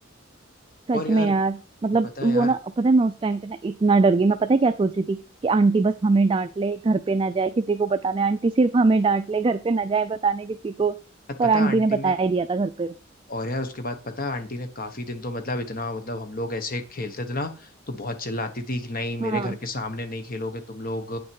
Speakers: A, on the right (about 25°); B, on the left (about 50°).
A: सच
B: और यार
A: में यार मतलब
B: पता
A: वो
B: है यार
A: ना पता है मैं उस टाइम पे ना इतना डर गई मैं पता है क्या सोच रही थी कि आंटी बस हमें डांट ले घर पे ना जाए किसी को बताने आंटी सिर्फ हमें डांट ले घर पे ना जाए बताने किसी को पर
B: पता
A: आंटी
B: है आंटी
A: ने बता
B: ने
A: ही दिया था घर पे
B: और यार उसके बाद पता है आंटी ने काफी दिन तो मतलब इतना मतलब हम लोग ऐसे खेलते थे ना तो बहुत चिल्लाती थी कि नहीं मेरे
A: हाँ
B: घर के सामने नहीं खेलोगे तुम लोग